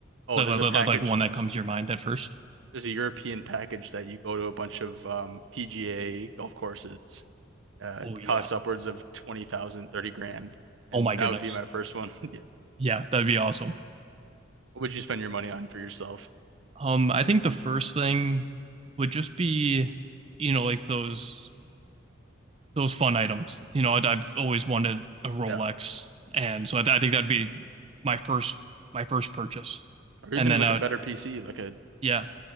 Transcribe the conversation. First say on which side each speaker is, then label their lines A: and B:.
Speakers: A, on the right; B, on the right.
A: Oh,
B: Like,
A: there's
B: like,
A: a
B: like
A: package.
B: like like one that comes to your mind at first?
A: There's a European package that you go to a bunch of um, PGA golf courses. Uh,
B: Oh
A: it
B: yeah.
A: costs upwards of 20,000, 30 grand. And
B: Oh my goodness.
A: that would be my first one. <laughs> Yeah.
B: Yeah, that'd be awesome.
A: What would you spend your money on for yourself?
B: Um, I think the first thing would just be, you know, like those those fun items. You know, I'd, I've always wanted a Rolex,
A: Yeah.
B: and so I, th I think that'd be my first my first purchase.
A: Or even
B: And then
A: like
B: I
A: a
B: would,
A: better PC, like a
B: yeah,